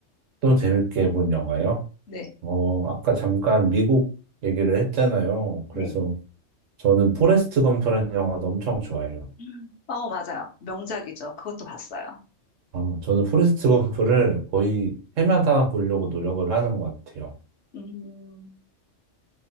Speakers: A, on the right; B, on the left.
A: 또 재밌게 본 영화요?
B: 네.
A: 어, 아까 잠깐 미국 얘기를 했잖아요. 그래서
B: 네.
A: 저는 포레스트 검프라는 영화도 엄청 좋아해요.
B: 음. 어, 맞아요. 명작이죠. 그것도 봤어요.
A: 어, 저는 포레스트 검프를 거의 해마다 보려고 노력을 하는 것 같아요.
B: 음.